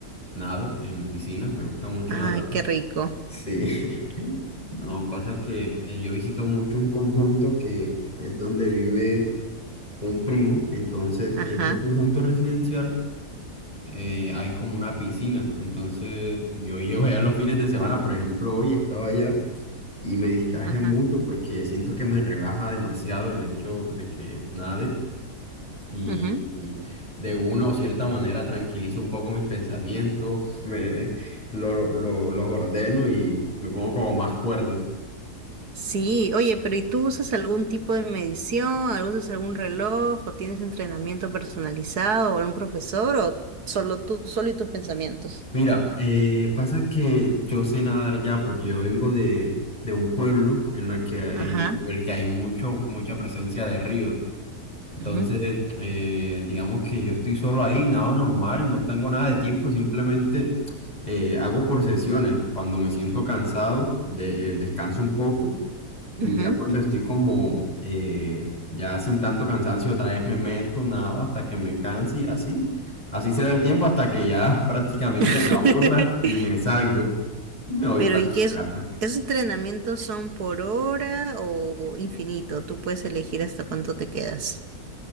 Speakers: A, on the left (about 25°); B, on the right (about 85°).
A: nado en piscinas, me gusta mucho
B: Ay,
A: nadar.
B: qué rico.
A: Sí. <laughs> No, pasa que eh, yo visito mucho un conjunto que es donde vive un primo, entonces
B: Ajá,
A: en ese conjunto residencial eh, hay como una piscina, entonces yo <laughs> llego allá los fines de semana, por ejemplo, hoy estaba allá y me distraje
B: ajá.
A: mucho porque siento que me relaja demasiado el hecho de que nade y,
B: ujú.
A: y de una o cierta manera tranquilizo un poco mis pensamientos, me, lo- lo- los ordeno y me pongo como más cuerdos.
B: Sí, oye, pero ¿y tú usas algún tipo de medición? ¿Algo- ¿Usas algún reloj? ¿O tienes entrenamiento personalizado? ¿O algún profesor? ¿O solo tú, solo y tus pensamientos?
A: Mira, eh, pasa que yo sé nadar ya porque yo vengo de, de un pueblo en, la que,
B: Ajá.
A: en, en el que hay mucho, mucha presencia de ríos. Entonces,
B: ujú,
A: eh, digamos que yo estoy solo ahí, nado normal, no tengo nada de tiempo, simplemente eh, hago por sesiones. Cuando me siento cansado, de- descanso un poco Y
B: ujú.
A: ya cuando estoy como eh, ya sin tanto cansancio, otra vez me meto, nado hasta que me canse y así. Así se da el tiempo hasta que ya <laughs> prácticamente
B: <laughs>
A: me aburra y me salgo y me voy
B: Pero
A: para
B: ¿y qué es,
A: casa.
B: esos entrenamientos son por hora o infinito? Tú puedes elegir hasta cuánto te quedas.